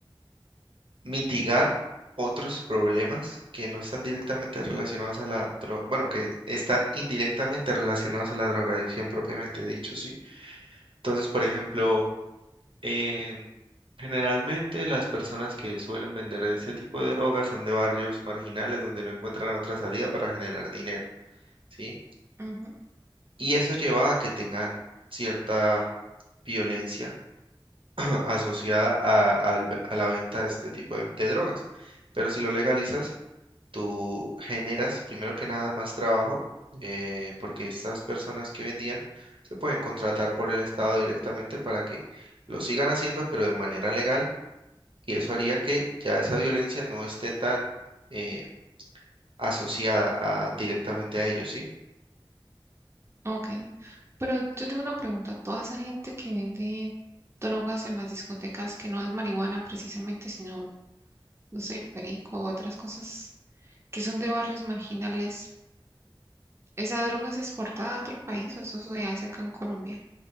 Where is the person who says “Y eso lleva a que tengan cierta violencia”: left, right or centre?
Right